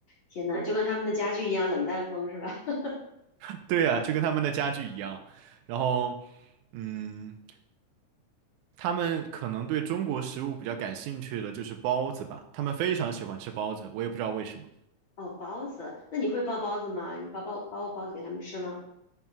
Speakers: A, on the left; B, on the right.
A: 天呐，就跟他们的家具一样冷淡风是吧？<laughs>
B: <laughs> 对啊，就跟他们的家具一样，然后嗯。他们可能对中国食物比较感兴趣的就是包子吧，他们非常喜欢吃包子，我也不知道为什么。
A: 哦，包子，那你会包包子吗？你包包包过包子给他们吃吗？